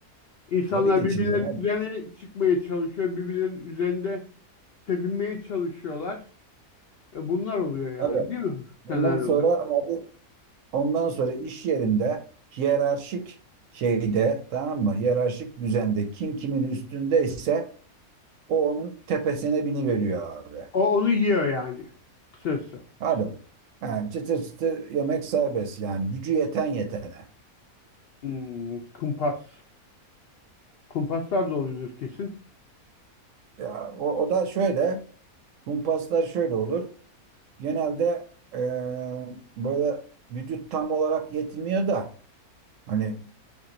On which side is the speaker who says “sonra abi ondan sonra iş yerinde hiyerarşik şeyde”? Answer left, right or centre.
Right